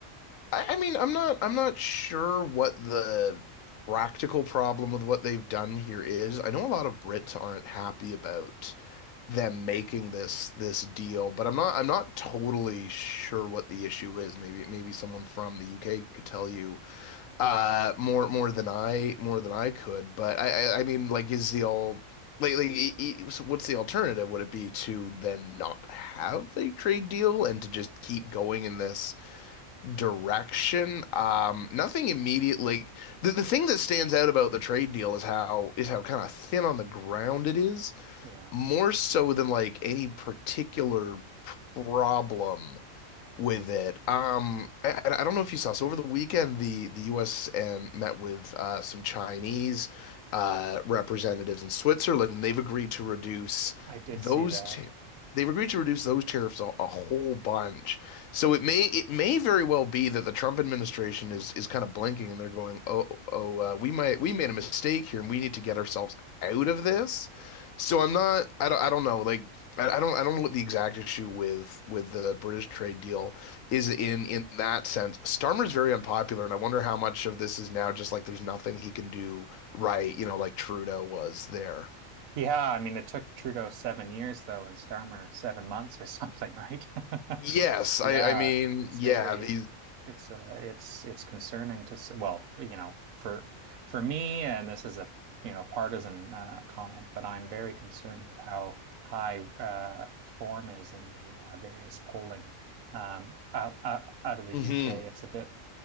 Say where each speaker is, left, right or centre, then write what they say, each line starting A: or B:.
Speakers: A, on the left; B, on the right.
A: I, I mean, I'm not I'm not sure what the practical problem with what they've done here is. I know a lot of Brits aren't happy about them making this this deal, but I'm not I'm not totally sure what the issue is. Maybe maybe someone from the UK could tell you uh more more than I more than I could. But I I, I mean like is the all Like, like, e- e- so what's the alternative? Would it be to then not have a trade deal and to just keep going in this direction. Um, nothing immediate. Like the, the thing that stands out about the trade deal is how is how kind of thin on the ground it is,
B: Yeah,
A: more so than like any particular problem with it. Um, I, I don't know if you saw. So over the weekend, the the U.S. and met with uh, some Chinese uh, representatives in Switzerland, and they've agreed to reduce
B: I did
A: those.
B: see that.
A: T they've agreed to reduce those tariffs a, a whole bunch. So it may it may very well be that the Trump administration is is kind of blinking, and they're going, "Oh, oh, uh, we might we made a mistake here, and we need to get ourselves out of this." So I'm not. I don't. I don't know. Like I I don't I don't know what the exact issue with with the British trade deal is in in that sense. Starmer's very unpopular, and I wonder how much of this is now just like there's nothing he can do right, you know, like Trudeau was there.
B: Yeah, I mean, it took Trudeau seven years though, and Starmer seven months or something, right? <laughs>
A: Yes,
B: Yeah,
A: I I mean,
B: it's
A: yeah,
B: very,
A: these
B: it's uh, it's it's concerning to s well, you know, for for me, and this is a you know partisan uh, comment, but I'm very concerned with how high uh, reform is in the uh, various polling um, out, out out of the UK.
A: hmm
B: It's a bit